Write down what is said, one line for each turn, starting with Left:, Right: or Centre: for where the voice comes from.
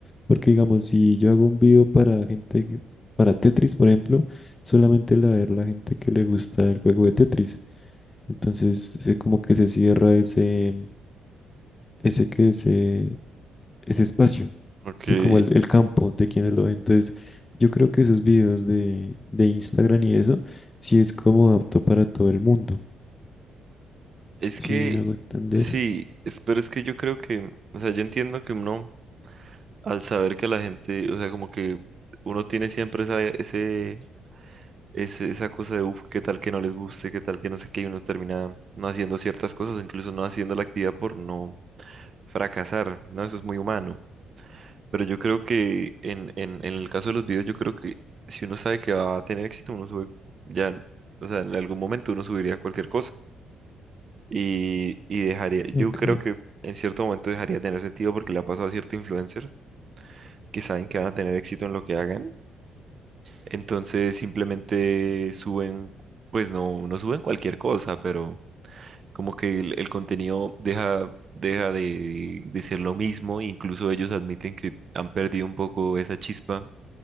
Left: Porque digamos, si yo hago un video para gente, que- para Tetris, por ejemplo, solamente la ver la gente que le gusta el juego de Tetris. Entonces, se- como que se cierra ese ese que ese, ese espacio,
Right: Porque
Left: sí, como el, el campo de quienes lo ven. Entonces, yo creo que esos videos de, de Instagram y eso, sí es como apto para todo el mundo.
Right: es
Left: Sí,
Right: que,
Left: me hago entender.
Right: sí, es- pero es que yo creo que, o sea, yo entiendo que uno, al saber que la gente, o sea, como que uno tiene siempre esa, ese, ese- esa cosa de, uff, qué tal que no les guste, qué tal que no sé qué, y uno termina no haciendo ciertas cosas, o incluso no haciendo la actividad por no fracasar, ¿no? Eso es muy humano. Pero yo creo que en, en, en el caso de los videos, yo creo que si uno sabe que va a tener éxito, uno sube ya, o sea, en algún momento uno subiría cualquier cosa y, y dejaría,
Left: Ok,
Right: yo creo que en cierto momento dejaría de tener sentido porque le ha pasado a ciertos influencers que saben que van a tener éxito en lo que hagan, entonces simplemente suben, pues no, no suben cualquier cosa, pero como que el, el contenido deja, deja de, de ser lo mismo, incluso ellos admiten que han perdido un poco esa chispa